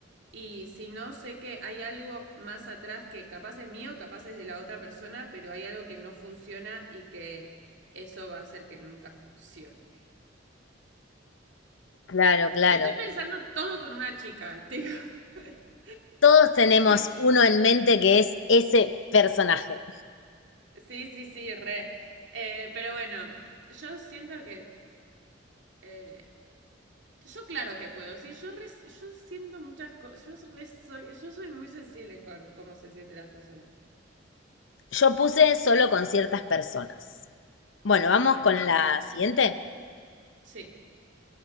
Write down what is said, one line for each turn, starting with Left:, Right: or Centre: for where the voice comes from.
Right: Y si no, sé que hay algo más atrás que capaz es mío, capaz es de la otra persona, pero hay algo que no funciona y que eso va a hacer que nunca funcione.
Left: Claro, claro.
Right: Lo estoy pensando todo con una chica, tío. <laughs>
Left: Todos tenemos
Right: Que-
Left: uno en mente que es ese personaje.
Right: Sí, sí, sí, re. Eh, pero bueno, yo siento que eh, Yo claro que puedo, sí, yo, re- yo siento muchas cosas, yo, re soy, yo soy muy sensible con cómo se sienten las personas.
Left: Yo puse solo con ciertas personas. Bueno, vamos
Right: Bueno,
Left: con la siguiente.
Right: sí,